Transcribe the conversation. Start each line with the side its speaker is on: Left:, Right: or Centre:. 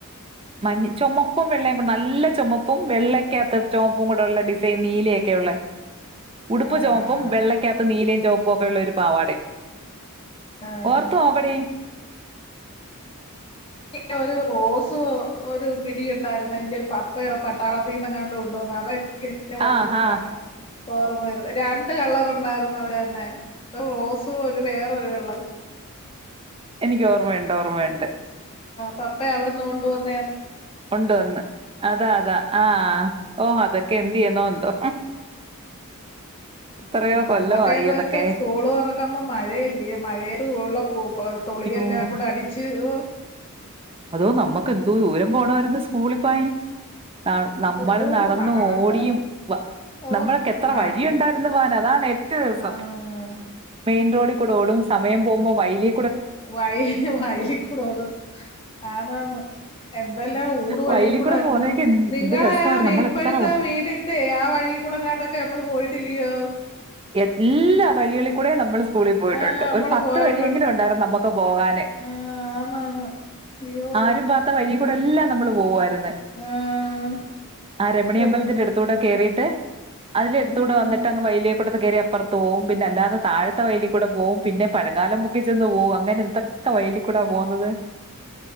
Right: മഞ്ഞ് ചൊമപ്പും വെള്ളയും കൂടെ നല്ല ചൊമപ്പും വെള്ളയ്ക്കകത്ത് ചൊമപ്പും കൂടെയുള്ള ഡിസൈൻ നീലയൊക്കെയുള്ള ഉടുപ്പ്
Left: ആഹ്
Right: ചൊമപ്പും വെള്ളക്കകത്ത് നീലയും ചൊമപ്പും ഒക്കെയുള്ളൊരു പാവാടയും
Left: ആഹ്
Right: ഓർത്ത് നോക്കെടി
Left: ന്നെ ഒരു റോസു ഒരു മിഡിയൊണ്ടാര്ന്ന് എന്റെ പപ്പ പട്ടാളത്തീന്ന് കൊണ്ട് വന്ന <unintelligible>
Right: ആ, ആ,
Left: ളറ് പോയത് രണ്ട് കളറുണ്ടായിര്ന്ന് അവരന്നേ ഒരു റോസ് സും ഒരു വേറൊരു കളറും
Right: എനിക്കോർമ്മയുണ്ട് ഓർമയുണ്ട്
Left: പപ്പായവിടുന്ന് കൊണ്ടുവന്ന
Right: കൊണ്ട് വന്ന് അതാ താ ആ ഓഹ് അതൊക്ക എന്ത് ചെയ്യുന്നോ എന്തോ എത്രയോ കൊല്ലവായി
Left: അന്നൊക്കെഎന്നുവച്ചാ
Right: അതൊക്കെ.
Left: സ്കൂള് തൊറക്കുമ്പം മഴയല്ലിയോ മഴയി ഉള്ളപ്പോ തോളിയെല്ലാം
Right: യ്യോ!
Left: കൂടെ അടിച്ച് ഓ
Right: അതോ നമ്മക്കെന്തോരു ദൂരം പോണാര്ന്നു സ്കൂളിൽ പോവാൻ നട നമ്മള്
Left: അയ്യോ
Right: നടന്നും
Left: നടന്ന്
Right: ഓടിയും
Left: ഓഹ്
Right: നമ്മൾക്കെത്ര വഴിയുണ്ടായിരുന്നു പോവാന വാനേ ഒറ്റ ദിവസം
Left: ആഹ്
Right: മെയിൻ റോഡിക്കൂടോടും സമയം പോകുമ്പോ വയ്ലി
Left: വയ് വയലിക്കൂ ന്നും ആന്നാന്ന് എന്തെല്ലാം ഊടു വഴീക്കുടാർന്ന്
Right: വയലിൽ കൂടെ പോകുന്നതൊക്കെ എന്ത്
Left: നിങ്ങളെയാ
Right: രസമായിരുന്നു നമ്മൾ
Left: ഇപ്പഴത്തെ
Right: എത്ര
Left: വീടിന്റെ ആ വഴിക്കൂടെങ്ങാണ്ടൊക്കെ അമ്മള് പോയി ട്ടില്ലിയോ?
Right: എല്ലാം വഴികളിൽക്കൂടെയും നമ്മള് സ് കൂളിൽ പോയിട്ടുണ്ട്.
Left: ആഹ് നമ്മള്
Right: ഒരു പത്ത്
Left: പോയിട്ടുണ്ട്
Right: വഴിയെങ്കിലും ഉണ്ടായിർന്നമ്മക്ക് പോകാന്
Left: ആഹ് ആന്നാന്ന് അയ്യോ
Right: ആരും പോവാത്ത വഴീക്കൂടെ എല്ലാം നമ്മള് പോവാര് ന്ന്.
Left: ആഹ്
Right: ആ രമണിയമ്പലത്തിന്റെടുത്തൂടെ
Left: എന്ന്
Right: കേറീ ട്ട് അതിന്റെടുത്തുടെ
Left: ഉം
Right: വന്നിട്ടങ്ങ് വൈലെ ഇപ്പറ്ത് കേറി അപ്പർത് പോവും പിന്നല്ലാതെ താഴത്തെ വയ്ലി കൂടെ പോവും പിന്നെ പഴംകാലം മുക്കി ചെന്ന് പോകും അങ്ങനെന്തൊക്കെ വയ്ലികൂടാ പോന്നത്